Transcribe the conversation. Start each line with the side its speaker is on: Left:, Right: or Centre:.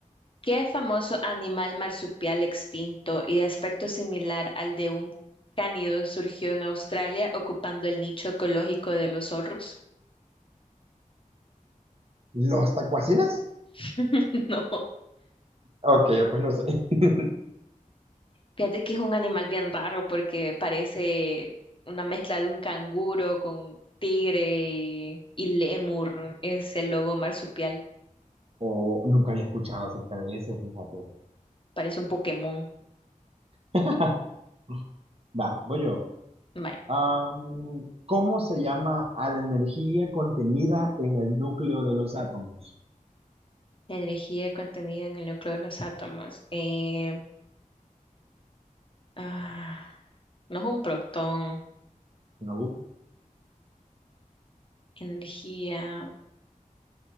Left: ¿Qué famoso animal marsupial extinto y de aspecto similar al de un cánido surgió en Australia ocupando el nicho ecológico de los zorros?
Right: ¿Los tacuacines?
Left: <laughs> No,
Right: Ok, pues no sé. <laughs>
Left: fíjate que es un animal bien raro porque parece una mezcla de un canguro con tigre y, y lémur. Es el lobo marsupial,
Right: O nunca había escuchado acerca de ese, fíjate.
Left: parece un Pokémon.
Right: <laughs> Va, voy yo.
Left: Vaya,
Right: Am, ¿cómo se llama a la energía contenida en el núcleo de los átomos?
Left: la energía contenida en el núcleo de los átomos. Eh, ah, no es un protón.
Right: No.
Left: Energía.